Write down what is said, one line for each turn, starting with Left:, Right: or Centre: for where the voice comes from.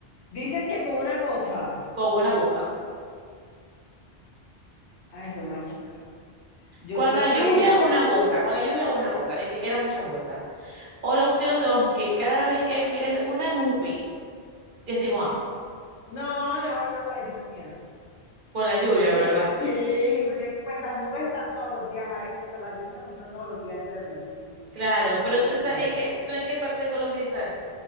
Left: Dice que con una gota.
Right: Con una gota.
Left: Ay, mamá chica. Yo
Right: Con
Left: creo
Right: la
Left: que...
Right: lluvia, una gota. Con la lluvia, una gota. Ni siquiera muchas gotas. O la opción dos, que cada vez que mires una nube, ya estoy mojada.
Left: No, no, no, la lluvia.
Right: Con la lluvia, ¿verdad?
Left: Eh, sí, porque pues las nubes están todos los días ahí, pero la lluvia pues no todos los días llueve, ¿no? Entonces,
Right: Claro, pero
Left: yo creo
Right: tú estás
Left: que
Right: en
Left: esa.
Right: qué, ¿tú en qué parte de Colombia estás?